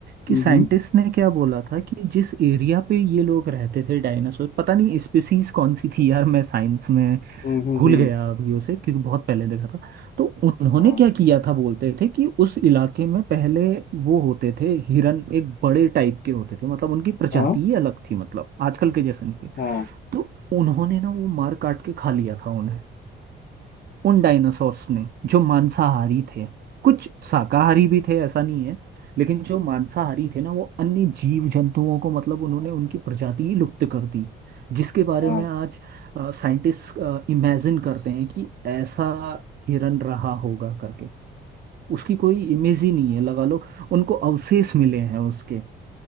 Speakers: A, on the right; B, on the left.
A: कि
B: हम्म
A: साइंटिस्ट ने क्या बोला था कि जिस एरिया पे ये लोग रहते थे डायनासोर पता नहीं स्पीसीज कौन सी थी यार मैं साइंस में
B: हम्म हम्म हम्म
A: भूल
B: हम्म,
A: गया अभी उसे क्योंकि बहुत पहले देखा था तो उन्होंने
B: हाँ
A: क्या किया था बोलते थे कि उस इलाके में पहले वो होते थे हिरन एक बड़े टाइप के होते थे मतलब उनकी प्रजाति
B: हाँ
A: ही अलग थी मतलब आजकल के जैसे नहीं थे
B: हाँ
A: तो उन्होंने ना वो मार काट के खा लिया था उन्हें उन डायनासोर्स ने जो मांसाहारी थे कुछ शाकाहारी भी थे ऐसा नहीं है लेकिन जो मांसाहारी थे ना वो अन्य जीव जंतुओं को मतलब उन्होंने उनकी प्रजाति ही लुप्त कर दी जिसके बारे
B: हाँ
A: में आज साइंटिस्ट इमेजिन करते हैं कि ऐसा हिरन रहा होगा करके उसकी कोई इमेज ही नहीं है लगा लो उनको अवशेष मिले हैं उसके